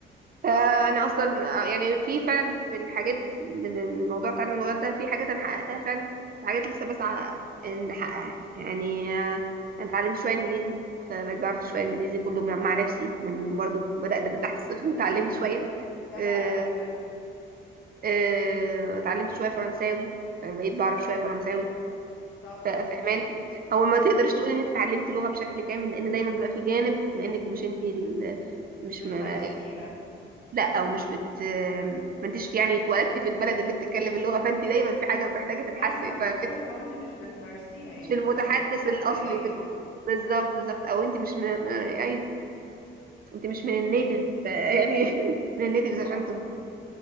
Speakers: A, on the right; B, on the left.
A: فانا
B: عندك حق
A: اصلا آه، يعني في فعلا في الحاجات من من موضوع تعلم اللغات ده في حاجات انا حققتها فعلا وحاجات لسه بسعى ان احققها يعني آه،
B: اه
A: انا اتعلمت شويه انجليزي فبقيت بعرف شويه انجليزي كله مع مع نفسي من برضو بدات من تحت الصفر وتعلمت شويه
B: جدع
A: آه،
B: قوي بجد
A: آه، اتعلمت شويه فرنساوي فبقيت بعرف شويه فرنساوي
B: شاطر
A: ف- فاهماني هو ما تقدرش تقول ان انت اتعلمتي لغه بشكل كامل لان دايما بيبقى في جانب بما انك مش انت ال... مش
B: مش بتمارسيها
A: م... لا او مش بت ما انتش يعني اتولدتي في البلد اللي بتتكلم اللغه فانت دايما في حاجه محتاجه تتحسن
B: ايوه ما انا
A: فاهماني
B: بقول لك هو انت مش بتمارسيها يعني
A: مش المتحدث
B: ما فيش ممارسه
A: الاصلي
B: حقيقيه
A: في الم... بالظبط بالظبط او
B: اه
A: انت مش م... م... ايوه انت مش من
B: بس
A: النيتيف يعني <laughs> من النيتيفز عشان
B: اه
A: تتكلمي